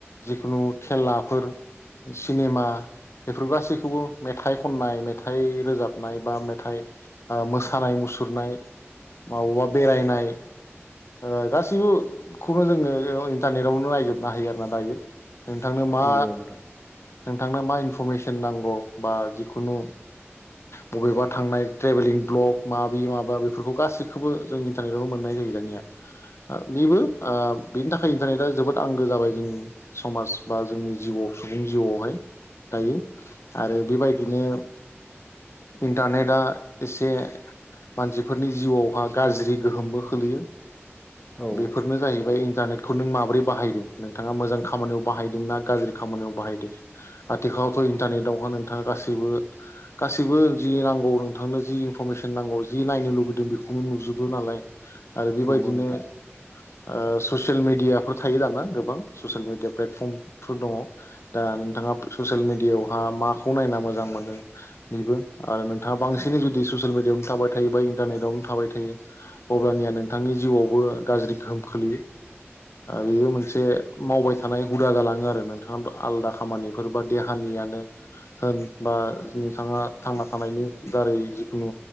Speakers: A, on the left; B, on the left.
A: जिखुनु खेलाफोर सिनेमा बेफोर गासैखौबो मेथाइ खननाय मेथाइ रोजाबनाय बा मेथाइ ओ मोसानाय मुसुरनाय मावबा बेरायनाय ओ गासैबोखौनो जोङो इन्टारनेटआवनो नायजोबनो होयो आरो ना दायो नोंथांनो मा
B: नंगौ नोंथां
A: नोंथांनो मा इनफरमेसोन नांगौ बा जिखुनु बबेबा थांनाय ट्रेभेलिं ब्लग माबि माबा बेफोरखौ गासैखौबो जों इन्टारनेटआवनो मोननाय जायो दानिया बेबो ओ बेनि थाखाय इन्टारनेटआ जोबोद आंगो जाबाय जोंनि समाज बा जोंनि जिबआव सुबुंनि जिउआवहाय दायो आरो बेबायदिनो इन्टारनेटआ एसे मानसिफोरनि जिउआवहा गाज्रि गोहोमबो खोलैयो
B: औ
A: बेफोरनो जायो बै इन्टारनेटखौ नों माब्रै बाहायदों नोंथाङा मोजां खामानियाव बाहायदों ना गाज्रि खामानियाव बाहायदों आथिखालावथ' इन्टारनेटावहा नोंथाङा गासैबो गासैबो जि नांगौ नोंथांनो जि इनफरमेसन नांगौ जि नायनो लुबैदों बेखौनो नुजोबो नालाय आरो बेबायदिनो
B: नंगौ नोंथां
A: आ ससियेल मिडियाफोर थायो दाना गोबां ससियेल मिडिया प्लेटफर्मफोर दङ दा नोंथाङा ससियेल मिडियाआवहा माखौ नायना मोजां मोनो बेबो आरो नोंथाङा बांसिनै जुदि ससियेल मिडियायावनो थाबाय थायो बा इन्टारनेटआवनो थाबाय थायो अब्लानिया नोंथांनि जिउआवबो गाज्रि गोहोम खोलैयो बेयो मोनसे मावबाय थानाय हुदा जालाङो आरो नों थाङाबो आलदा खामानिफोर बा देहानियानो होन बा नोंथाङा थांना थानायनि दारै जिखुनु